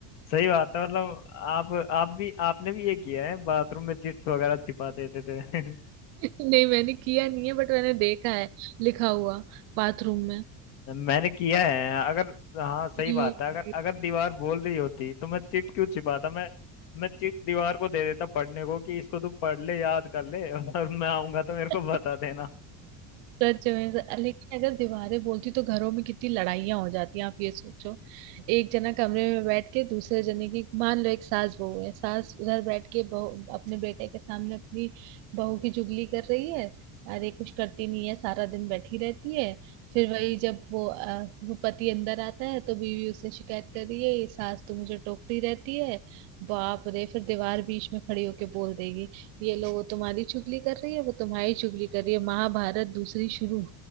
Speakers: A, on the left; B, on the right.
A: सही बात है मतलब आप आप भी आपने भी ये किया है बाथरूम में चिप्स वगैरह छिपा देते थे <laughs>
B: नहीं मैंने किया नहीं है बट मैंने देखा है लिखा हुआ बाथरूम में
A: मैंने किया है अगर हाँ सही
B: ये-
A: बात है अगर
B: ये।
A: अगर दीवार बोल रही होती तो मैं चिट क्यों छिपाता मैं मैं चिट दीवार को दे देता पढ़ने को कि इसको तू पढ़ ले याद कर ले और मैं आऊंगा तो मेरे को
B: <laughs>
A: बता देना
B: सच में सर। लेकिन अगर दीवारें बोलती तो घरों में कितनी लड़ाइयाँ हो जाती हैं आप ये सोचो एक जना कमरे में बैठ के दूसरे जने की मान लो एक सास बहू है सास उधर बैठ के बहू अपने बेटे के सामने अपनी बहू की चुगली कर रही है अरे कुछ करती नहीं है सारा दिन बैठी रहती है फिर वही जब वो अ, वो पति अंदर आता है तो बीवी उससे शिकायत कर रही है ये सास तो मुझे टोकती रहती है बाप रे फिर दीवार बीच में खड़ी होके बोल देगी ये लो वो तुम्हारी चुगली कर रही है वो तुम्हारी चुगली कर रही है महाभारत दूसरी शुरू